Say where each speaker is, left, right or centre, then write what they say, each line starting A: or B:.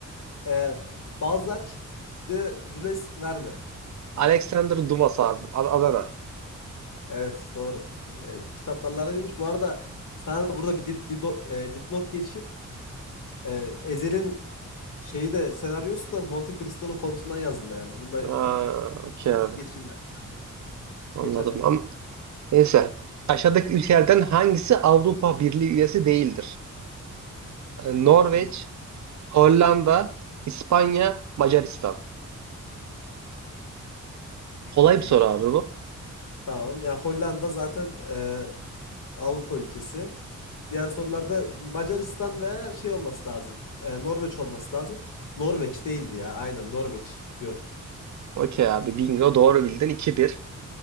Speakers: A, on the left (about 85°); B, on the right (about 65°).
A: Ee, Balzac de Jules Verne.
B: Alexander Dumas abi. A- Adana.
A: Evet doğru. Ee, kitaplarla neymiş? Bu arada sana da burada bir dip, dipnot, e, dipnot geçeyim. Ee, Ezel'in şeyi de senaryosu da Monte Cristo'nun kontundan yazılma yani. Bunu da
B: Aa,
A: dipnot
B: okey
A: olarak
B: abi.
A: geçeyim yani sana.
B: Anladım.
A: Geç hadi Emre.
B: Ama neyse. Aşağıdaki ülkelerden hangisi Avrupa Birliği üyesi değildir? Ee,
A: Avrupa
B: Norveç,
A: Birliği.
B: Hollanda, İspanya, Macaristan. Kolay
A: Hmm,
B: bir soru abi bu.
A: tamam. Yani Hollanda zaten e, Avrupa ülkesi. Diğer sorularda Macaristan veya şey olması lazım. E, Norveç olması lazım. Norveç değildi ya. Aynen Norveç diyorum.
B: Okey abi bingo doğru bildin iki bir.